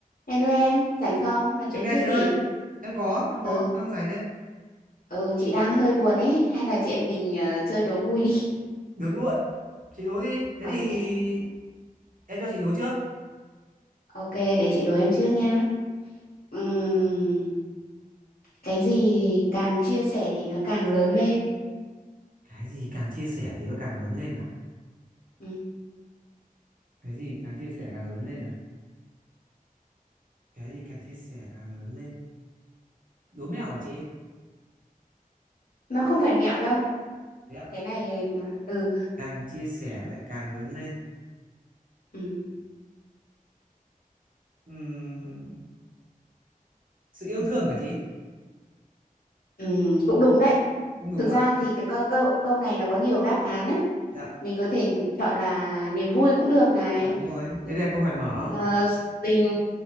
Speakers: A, on the left; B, on the right.
A: Hello em, rảnh không? Nói chuyện
B: em nghe
A: chút
B: chị
A: đi.
B: ơi em có em có
A: Ừ,
B: em đang rảnh đây
A: ừ chị đang hơi buồn ấy, hay là chị em mình ờ, chơi đố vui đi. <laughs>
B: được luôn chị đố đi thế
A: Ok,
B: thì em cho chị đố trước
A: ok, để chị đố em trước nha. Ừm, cái gì thì càng chia sẻ thì nó càng lớn lên.
B: cái gì càng chia sẻ thì nó càng lớn lên nào
A: Ừ.
B: cái gì càng chia sẻ càng lớn lên nào cái gì càng chia sẻ càng lớn lên đố mẹo hả chị
A: Nó không phải mẹo đâu.
B: thế ạ
A: Cái này nó- ừ,
B: càng chia sẻ lại càng lớn lên
A: ừ,
B: Ừm, sự yêu thương hả chị
A: ừ, cũng đúng đấy.
B: cũng đúng
A: Thực
B: ạ
A: ra thì cái câu câu câu này nó có nhiều đáp án ấy.
B: dạ
A: Mình có thể chọn là niềm vui cũng được này.
B: à đúng rồi
A: Ừm,
B: thế là câu hỏi mở
A: ờ, tình